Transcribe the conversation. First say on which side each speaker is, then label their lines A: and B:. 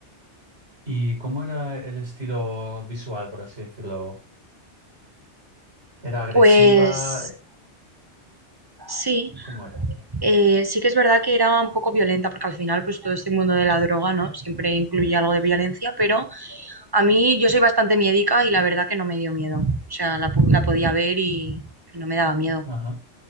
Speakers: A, on the right; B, on the right.
A: ¿Y cómo era el estilo visual, por así decirlo? ¿Era agresiva?
B: Pues
A: Eh,
B: sí,
A: ¿Cómo era?
B: eh, sí que es verdad que era un poco violenta, porque al final, pues todo este mundo de la droga, ¿no? Siempre incluye algo de violencia, pero A mí yo soy bastante miedica y la verdad que no me dio miedo. O sea, la, pu- la podía ver y no me daba miedo.
A: Ajá.